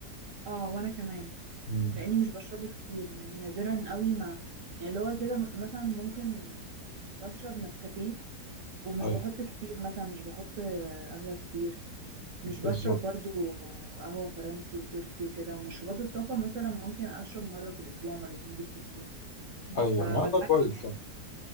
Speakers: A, on the right; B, on the left.
A: آه، وأنا كمان،
B: مم.
A: لإني مش باشربه كتير يعني نادرًا أوي ما يعني اللي هو كده م مثلًا ممكن باشرب نسكافيه ومش
B: ايوه
A: باحُط كتير مثلًا، مش باحُط قهوة كتير. مش بشرب
B: بالظبط
A: برضو قهوة فرنسي وتركي وكده ومشروبات الطاقة مثلا ممكن أشرب مرة في الأسبوع مرتين بالكتير
B: ايوه
A: فبتحكم
B: لا ده كويس
A: يعني
B: طب